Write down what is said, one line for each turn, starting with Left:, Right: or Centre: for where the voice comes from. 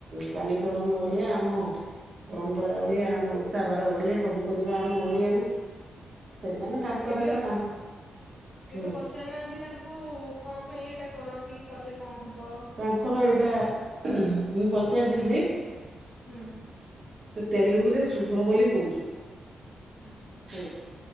Right: ଚାଲିଚଳନ ଓଡିଆ ଆମ ପରମ୍ପରା ଓଡିଆ ଆମ ଓଷା ବାର ଓଡିଆ ସବୁ କରିବା ଆମେ ଓଡିଆ ନା ସେମାନେ ତାଙ୍କର
Left: କେବେ
Right: ଏଇଟା
Left: ପ
Right: ତାଙ୍କ
Left: କେବେ
Right: ହୁଁ
Left: ପଚ ପଚାରିହାନ୍ତି ତାଙ୍କୁ କଣ ପାଇଁ ଏଇଟା କରନ୍ତି କଲେ କଣ ହବ?
Right: ତାଙ୍କର ଏଇଟା ଉହୁଁ--ମୁଁ ପଚାରିଥିଲି?
Left: ହୁଁ
Right: ତେଲୁଗୁ ରେ ଶୁଭ ବୋଲି କହୁଛନ୍ତି।
Left: ଆଚ୍ଛା।
Right: ହେଲା